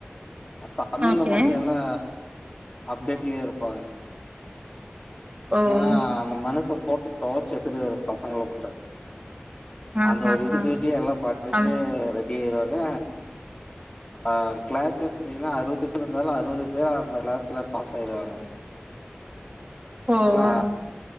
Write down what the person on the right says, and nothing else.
ஓகே
ஓ
ஆ
ஆ
ஆ
ஆமா
ஓ
ஆ